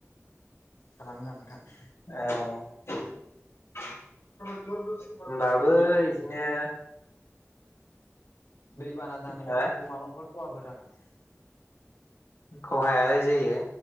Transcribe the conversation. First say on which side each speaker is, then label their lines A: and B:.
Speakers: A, on the left (about 80°); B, on the left (about 55°).
A: खालामोना नोंथां?
B: ओ होमबाबो
A: ओरैनो
B: इदिनो
A: दैबाना जानायाव
B: हो
A: माबाफोर खहाफोर जादों नामा?
B: खहायालाय जायो